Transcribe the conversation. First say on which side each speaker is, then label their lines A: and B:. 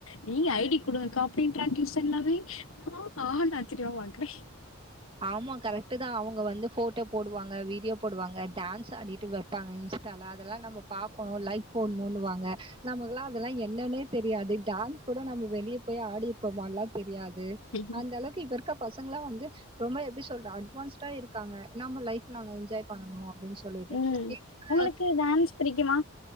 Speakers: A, on the left; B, on the right.
A: நீங்க ஐ டி குடுங்கக்கா அப்டின்றான்டி செல்லாவே நானா ஆ னு ஆச்சரியமா பாக்குறே
B: ஆமா கரெக்ட்டு தா அவுங்க வந்து ஃபோட்டோ போடுவாங்க வீடியோ போடுவாங்க டான்ஸ் அடிட்டு வெப்பாங்க இன்ஸ் டால அதெல்லா நம்ம பாக்கணு லைக் போடணுனு வாங்க நமக்கெல்லா அதெல்லா என்னான்னே தெரியாது டான்ஸ் கூட நம்ம வெளியே போய் ஆடி இருப்போமான்லா தெரியாது
A: ம்.
B: அந்த அளவுக்கு இப்ப இருக்க பசங்களா வந்து ரொம்ப எப்டி சொல்ற அட்வான்ஸ்டா இருக்காங்க நம்ம லை ஃப் நாங்க என்ஜாய் பண்ணனு அப்டின்னு சொல்லிட்டு
A: ம்.
B: என்ன
A: உங்களுக்கு டான்ஸ் பிடிக்குமா